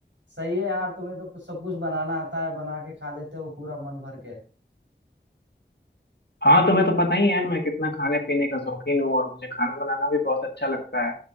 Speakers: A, on the right; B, on the left.
A: सही है यार तुम्हें तो सब कुछ बनाना आता है बना के खा लेते हो पूरा मन भर के
B: हाँ तुम्हें तो पता ही है मैं कितना खाने पीने का शौकीन हूँ और मुझे खाना बनाना भी बहुत अच्छा लगता है